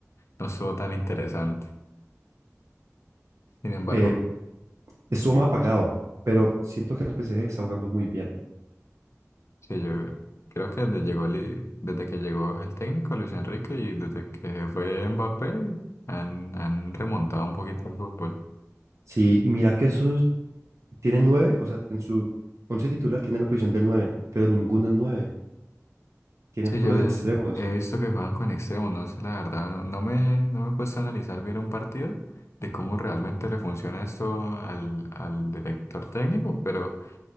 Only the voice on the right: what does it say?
Eh, estuvo más apagado, pero siento que el PSG está jugando muy bien.
Sí, y mira que esos tienen nueve, o sea, en su once titular tienen la posición del nueve, pero ninguno es nueve. Tienen
puros
extremos.